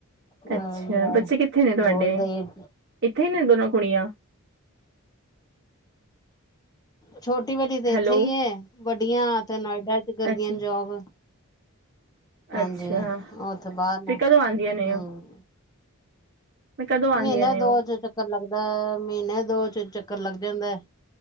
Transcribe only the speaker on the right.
ਅੱਛਾ ਬੱਚੇ ਕਿੱਥੇ ਨੇ ਤੁਹਾਡੇ?
ਇੱਥੇ ਹੀ ਨੇ, ਦੋਨੋ ਕੁੜੀਆਂ।
ਹੈਲੋ
ਅੱਛਾ
ਅੱਛਾ
ਫਿਰ ਕਦੋਂ ਆਉਂਦੀਆਂ ਨੇ
ਉਹ ਮੈਂ ਕਦੋਂ ਆਉਂਦੀਆਂ
ਨੇ
ਉਹ